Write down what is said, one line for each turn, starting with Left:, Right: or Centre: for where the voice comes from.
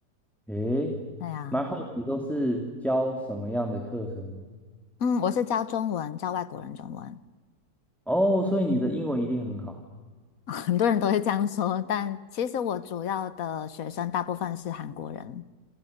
Centre: 诶，
Left: 对啊，
Centre: 蛮好奇都是教什么样的课程呢？
Left: 嗯，我是教中文，教外国人中文，
Centre: 哦，所以你的英文一定很好
Left: <laughs> 很多人都会这样说，但其实我主要的学生大部分是韩国人，